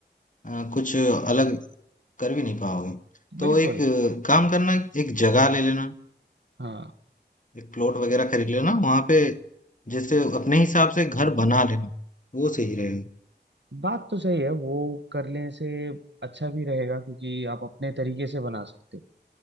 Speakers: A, on the left (about 45°); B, on the right (about 80°).
A: अ, अ, कुछ अलग कर भी नहीं पाओगे तो
B: बिल्कुल
A: एक अ, काम करना एक जगह ले लेना
B: हाँ
A: एक प्लॉट वगैरह खरीद लेना वहां पे जैसे अपने हिसाब से घर बना लेना वो सही रहेगा
B: बात तो सही है वो करने से अच्छा भी रहेगा क्योंकि आप अपने तरीके से बना सकते हो